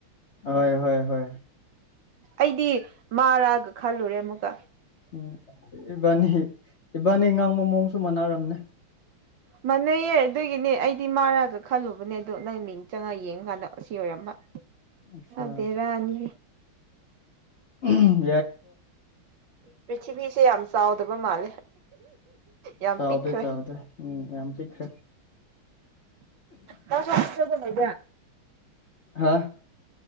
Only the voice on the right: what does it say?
ꯑꯩꯗꯤ ꯃꯥꯔꯛꯑꯒ ꯈꯜꯂꯨꯔꯦ ꯑꯃꯨꯛꯀ
ꯃꯥꯟꯅꯩꯌꯦ ꯑꯗꯨꯒꯤꯅꯦ ꯑꯩꯗꯤ ꯃꯥꯔꯛꯑꯒ ꯈꯜꯂꯨꯕꯅꯦ ꯑꯗꯨꯗ ꯅꯪ ꯃꯤꯡ ꯆꯪꯉꯒ ꯌꯦꯡꯀꯥꯟꯗ ꯑꯁꯤ ꯑꯣꯏꯔꯝꯕ
ꯑꯗꯨꯗꯦ ꯔꯅꯤ
ꯄ꯭ꯔꯤꯊꯤꯕꯤꯁꯦ ꯌꯥꯝ ꯆꯥꯎꯗꯕ ꯃꯥꯜꯂꯦ ꯌꯥꯝ
ꯄꯤꯛꯈ꯭ꯔꯦ
ꯇꯁ ꯋꯥ ꯆ ꯑꯗꯨꯗ